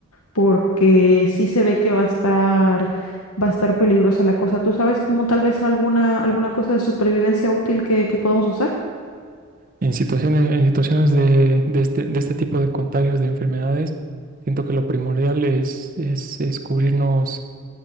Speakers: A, on the left; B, on the right.
A: porque sí se ve que va a estar, va a estar peligrosa la cosa. ¿Tú sabes como tal vez alguna, alguna cosa de supervivencia útil que, que podamos usar?
B: En situaciones, en situaciones de, de este, de este tipo de contagios de enfermedades, siento que lo primordial es, es, es cubrirnos